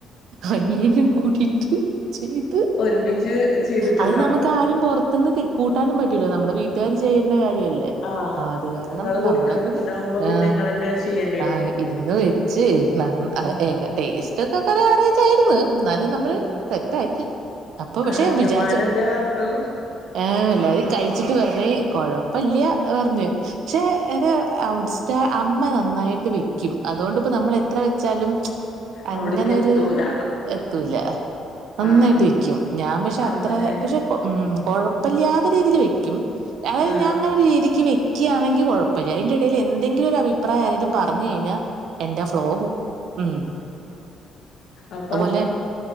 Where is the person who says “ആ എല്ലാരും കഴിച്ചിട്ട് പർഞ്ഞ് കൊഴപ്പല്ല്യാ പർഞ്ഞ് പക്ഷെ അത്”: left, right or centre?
Right